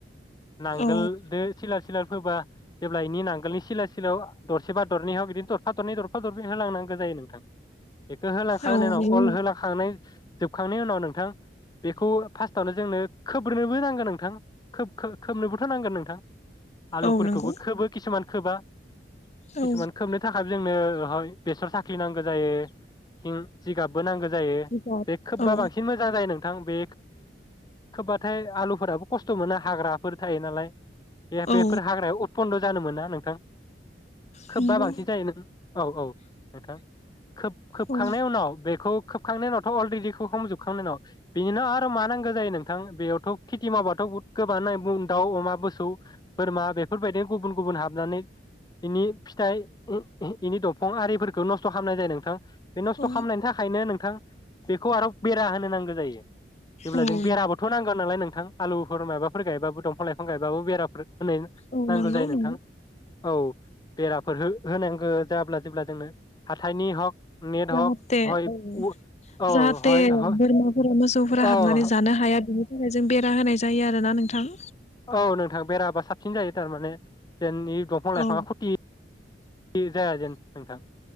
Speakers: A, on the left; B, on the left.
A: नांगोलदो
B: औ
A: सिल- सिला फोबा जेब्ला इनि नांगोलनि सिला सिलायाव दरसेबा दरनैयाव बिदिनो दरफा दरनै दरफा दरनै होलांनांगौ जायो नोंथां। बेखौ होलांखांनायनि
B: औ
A: उनाव
B: बेनि
A: अल होलांखांनाय जोबखांनायनि उनाव नोंथां बेखौ फार्स्टआवनो जोंनो खोब्रोननोबो नांगोन नोंथां खोबनोबोथ' नांगोन नोंथां। आलुफोरखौबो
B: औ नंगौ
A: खोबो खिसुमान- खोबा
B: औ
A: किसुमान खोबनो थाखाय जोंनो <unintelligible> बेसर साख्रि नांगौ जायो ओ जिगाबबो नांगौ <unintelligible> जायो
B: जिगाब
A: बे खोबबा
B: औ
A: बांसिन मोजां जायो नों थां बे खोबबाथाय आलुफोराबो खस्थ' मोना हाग्राफोर थायो नालाय
B: औ
A: बेफोर हाग्रायाव उपन्द जानो मोना नोंथां। खोबबा
B: नंगौ
A: बांसिन जायो नों औ औ नोंथां। खोब खोबखांनाय
B: औ
A: उनाव बेखौ खोबखांनायनि उनावथ' अलरेडिखौ हमजोबखांनायनाव बिनिनो आरो मा नांगौ जायो नोंथां बेयावथ' खेथि मावबाथ' बहुद गोबानो नाय दाउ अमा मोसौ बोरमा बेफोरबायदिनो गुबुन गुबुन हाबनानै बेनि फिथाइ बेनि दंफां आरिफोरखौ नस्थ' खालामनाय जायो नोंथां। बे नस्थ'
B: औ
A: खालामनायनि थाखायनो नों थां बेखौ आरो बेरा होनो नांगौ जायो। जेब्ला
B: औ
A: जों बेराबोथ' नांगोन नालाय नों थां आलुफोर माबाफोर गायबाबो दंफां लाइां गायबाबो बेराफोर होनाय
B: औ
A: नांगौ
B: नंगौ
A: जायो नोंथां।
B: नंगौ
A: औ बेराफोर हो होनांगौ जायाब्ला जेब्ला जोंनो हाथायनि हक नेट
B: जाहाथे
A: हक हय
B: औ
A: उ औ
B: जाहाथे
A: हय ह
B: बोरमाफोरा मो सौफोरा
A: औ
B: हाबनानै जानो हाया। बिनि थाखाय जों बेरा होनाय जायो आरोना नोंथां।
A: औ नोंथां बेराबा साबसिन जायो थारमाने जेननि दंफां लाइफाङा
B: औ
A: खुथि जाया जेन नोंथां।